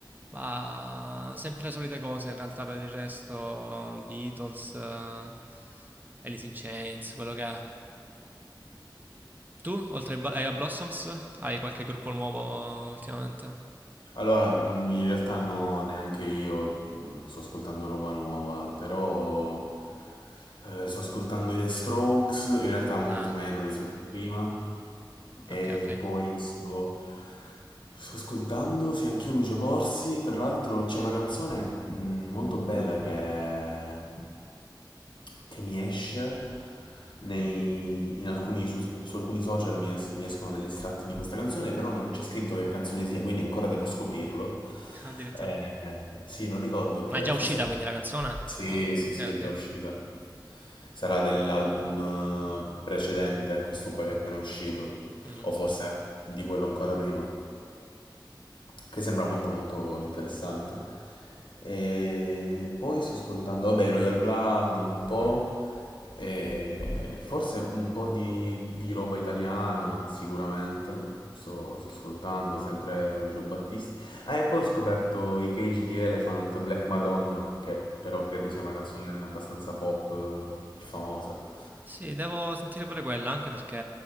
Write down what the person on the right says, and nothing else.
Ma sempre le solite cose, in realtà per il resto, Beatles, eh, Alice in Chains, quello che è. Tu, oltre ai Ba- ai Blossoms, hai qualche gruppo nuovo ultimamente?
Ah,
ok, ok.
<laughs> Addirittura.
Ma è già
uscita quindi la canzone?
Oh,
ok,
ok.
Mm.
Sì, devo sentire pure quella, anche perché